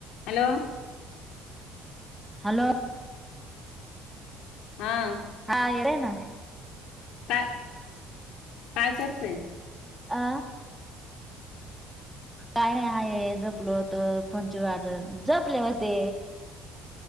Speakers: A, on the left; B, in the centre.
A: Hello
B: hello
A: हां.
B: हा येळ हाय ना.
A: काय काय करतेंय?
B: आं काय नाही आहे झोपलो होतो फोनची वाट बघत झोेपले होते.